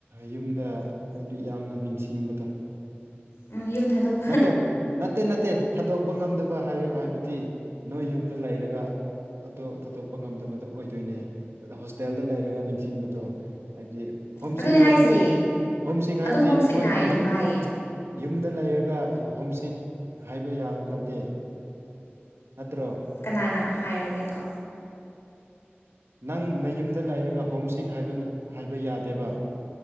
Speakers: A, on the right (about 80°); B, on the left (about 80°).
A: ꯌꯨꯝꯗ ꯑꯩꯗꯤ ꯌꯥꯝꯅ ꯅꯤꯡꯁꯤꯡꯕꯗꯣ
B: ꯎꯝ ꯌꯨꯝ ꯊꯥꯗꯣꯛ
A: ꯅꯠꯇꯣ ꯅꯠꯇꯦ ꯅꯠꯇꯦ ꯊꯥꯗꯣꯛꯄ ꯉꯝꯗꯕ ꯍꯥꯏ ꯍꯥꯏꯕꯗꯤ ꯅꯣꯏ ꯌꯨꯝꯗ ꯂꯩꯔꯒ ꯑꯗꯣ ꯊꯥꯗꯣꯛꯄ ꯉꯝꯗꯕꯗꯣ ꯑꯣꯏꯗꯣꯏꯅꯦ ꯑꯗꫭ ꯍꯣꯁꯇꯦꯜꯗ ꯂꯩꯔꯒ ꯅꯤꯡꯁꯤꯡꯕꯗꯣ ꯍꯥꯏꯕꯗꯤ ꯍꯣꯝ
B: ꯑꯗꯨꯅꯦ
A: ꯁꯤꯛ ꯍꯥꯏꯕꯗꯤ
B: ꯍꯥꯏꯁꯦ
A: ꯍꯣꯝꯁꯤꯛ ꯍꯥꯏꯕꯗꯤ
B: ꯑꯗꯨꯝ ꯍꯣꯝ
A: ꯑꯩꯈꯣꯏ
B: ꯁꯤꯛ ꯅꯥꯏꯌꯦ ꯑꯗꯨꯝ
A: ꯌꯨꯝ
B: ꯍꯥꯏꯌꯦ
A: ꯌꯨꯝꯗ ꯂꯩꯔꯒ ꯍꯣꯝꯁꯤꯛ ꯍꯥꯏꯕ ꯌꯥꯕ ꯅꯠꯇꯦ ꯅꯠꯇ꯭ꯔꯣ
B: ꯀꯅꯥꯅ ꯍꯥꯏꯔꯒꯦ ꯑꯗꯣ
A: ꯅꯪ ꯅꯌꯨꯝꯗ ꯂꯩꯔꯒ ꯍꯣꯝꯁꯤꯛ ꯍꯥꯏꯕꯅ ꯍꯥꯏꯕ ꯌꯥꯗꯦꯕ